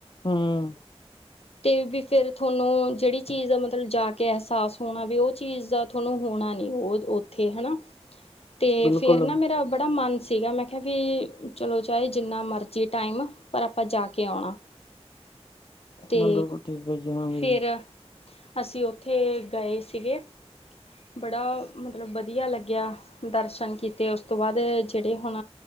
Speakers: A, on the left (about 50°); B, on the left (about 65°).
A: ਹਮ
B: ਅਤੇ ਵੀ ਫਿਰ ਤੁਹਾਨੂੰ ਜਿਹੜੀ ਚੀਜ਼ ਦਾ ਮਤਲਬ ਜਾ ਕੇ ਅਹਿਸਾਸ ਹੋਣਾ ਵੀ ਉਹ ਚੀਜ਼ ਦਾ ਤੁਹਾਨੂੰ ਹੋਣਾ ਨੀ ਉਹ ਉੱਥੇ ਹਨਾ ਤੇ
A: ਬਿਲਕੁਲ
B: ਫੇਰ ਨਾ ਮੇਰਾ ਬੜਾ ਮਨ ਸੀਗਾ ਮੈਂ ਵੀ ਚਲੋ ਚਾਹੇ ਜਿੰਨਾ ਮਰਜ਼ੀ ਟਾਈਮ ਪਰ ਆਪਾਂ ਜਾ ਕੇ ਆਉਣਾ। ਤੇ
A: ਨਾਲ ਬਿਲਕੁਲ ਠੀਕ ਹੈ ਜੀ ਹਾਂਜੀ।
B: ਫਿਰ ਅਸੀਂ ਉੱਥੇ ਗਏ ਸੀਗੇ ਬੜਾ ਮਤਲਬ ਵਧੀਆ ਲੱਗਿਆ, ਦਰਸ਼ਨ ਕੀਤੇ ਉਸ ਤੋਂ ਬਾਅਦ ਜਿਹੜੇ ਹੁਣ